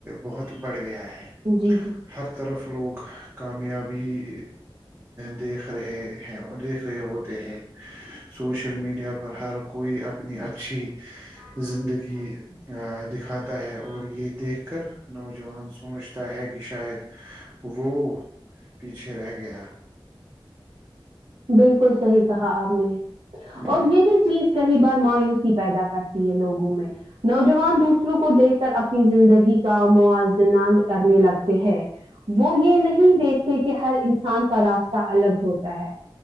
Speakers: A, on the right (about 25°); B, on the right (about 80°).
A: بہت بڑھ گیا ہے
B: جی جی
A: ہر طرف لوگ کامیابی دیکھ رہے ہیں دیکھ رہے ہوتے ہیں سوشل میڈیا پر ہر کوئی اپنی اچھی زندگی دکھاتا ہے اور یہ دیکھ کر نوجوان سوچتا ہے کہ شاید وہ پیچھے رہ گیا
B: بالکل صحیح کہا آپ نے
A: کہا جی
B: اور یہی چیز کئی بار مایوسی پیدا کرتی ہے لوگ میں نوجوان دوسروں کو دیکھ کر اپنی زندگی کا موازنہ کرنے لگتا ہیں وہ یہ نہیں دیکھتے کہ ہر انسان کا راستہ الگ ہوتا ہے